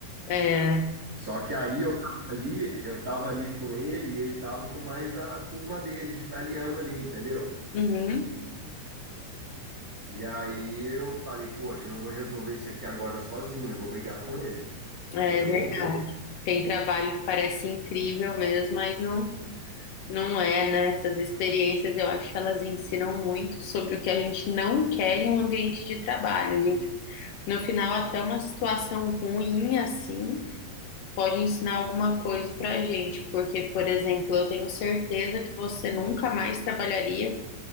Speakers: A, on the left (about 70°); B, on the right (about 25°).
A: É,
B: Só que aí eu tava ali, eu tava ali com ele e ele tava com mais a turma dele de italiano ali, entendeu?
A: uhum,
B: E aí eu falei, poxa, eu não vou resolver isso aqui agora sozinho, não vou brigar com ele.
A: é
B: Mas eu
A: verdade.
B: voltei.
A: Tem trabalho que parece incrível mesmo, mas não. Não é, né? Essas experiências eu acho que elas ensinam muito sobre o que a gente não quer em um ambiente de trabalho. A gente, no final, até uma situação ruim assim pode ensinar alguma coisa pra gente. Porque, por exemplo, eu tenho certeza que você nunca mais trabalharia